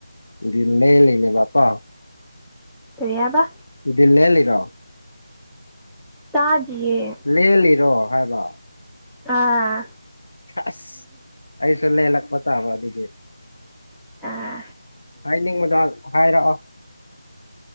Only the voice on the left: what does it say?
ꯗꯤꯟ ꯂꯦꯜꯂꯤꯅꯦꯕ ꯀꯣ
ꯗꯤꯜ ꯂꯦꯜꯂꯤꯔꯣ
ꯂꯦꯜꯂꯤꯔꯣ ꯍꯥꯏꯕ
ꯑꯁ ꯑꯩꯁꯨ ꯂꯦꯜꯂꯛꯄꯇꯕ ꯑꯗꯨꯗꯤ
ꯍꯥꯏꯅꯤꯡꯕꯗꯣ ꯍꯥꯏꯔꯛꯑꯣ